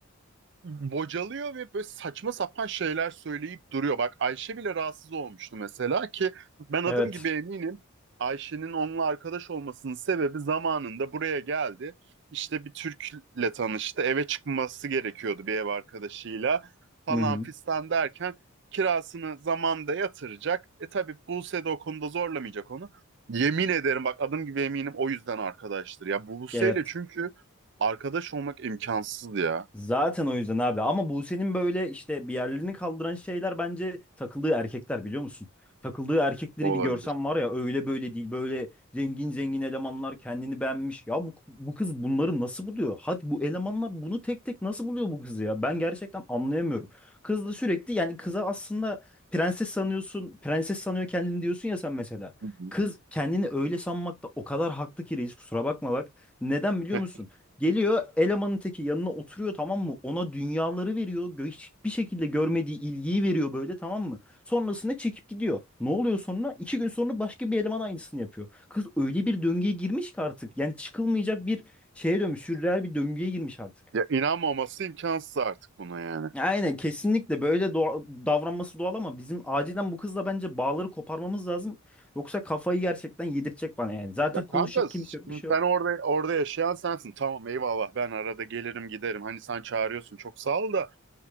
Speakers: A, on the right (about 50°); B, in the centre.
A: bocalıyor ve böyle saçma sapan şeyler söyleyip duruyor. Bak Ayşe bile rahatsız olmuştu mesela ki ben adım
B: Evet.
A: gibi eminim Ayşe'nin onunla arkadaş olmasının sebebi zamanında buraya geldi. İşte bir Türk'le tanıştı. Eve çıkması gerekiyordu bir ev arkadaşıyla falan
B: Hı hı.
A: fistan derken kirasını zamanda yatıracak. E tabii Buse de o konuda zorlamayacak onu. Yemin ederim bak adım gibi eminim o yüzden arkadaştır. Ya Buse'yle
B: Evet.
A: çünkü arkadaş olmak imkansız ya.
B: Zaten o yüzden abi ama Buse'nin böyle işte bir yerlerini kaldıran şeyler bence takıldığı erkekler biliyor musun? Takıldığı erkekleri
A: O olabilir.
B: bir görsem var ya öyle böyle değil böyle zengin zengin elemanlar kendini beğenmiş. Ya bu, bu kız bunları nasıl buluyor? Hadi bu elemanlar bunu tek tek nasıl buluyor bu kızı ya? Ben gerçekten anlayamıyorum. Kız da sürekli yani kıza aslında prenses sanıyorsun prenses sanıyor kendini diyorsun ya sen mesela.
A: Hı hı.
B: Kız kendini öyle sanmakta o kadar haklı ki reis kusura bakma bak. Neden biliyor
A: <laughs>
B: musun? Geliyor elemanın teki yanına oturuyor tamam mı? Ona dünyaları veriyor. Gö- Hiçbir şekilde görmediği ilgiyi veriyor böyle tamam mı? Sonrasında çekip gidiyor. Ne oluyor sonra? İki gün sonra başka bir eleman aynısını yapıyor. Kız öyle bir döngüye girmiş ki artık. Yani çıkılmayacak bir şeye dönmüş. Sürreel bir döngüye girmiş artık.
A: Ya inanmaması imkansız artık buna yani.
B: Aynen kesinlikle böyle doğa- davranması doğal ama bizim acilen bu kızla bence bağları koparmamız lazım. Yoksa kafayı gerçekten yedirtecek bana yani. Zaten
A: Ya
B: konuşacak
A: kanka
B: kimse yok
A: şimdi
B: bir şey
A: sen
B: yok.
A: orada orada yaşayan sensin. Tamam eyvallah ben arada gelirim giderim. Hani sen çağırıyorsun çok sağ ol da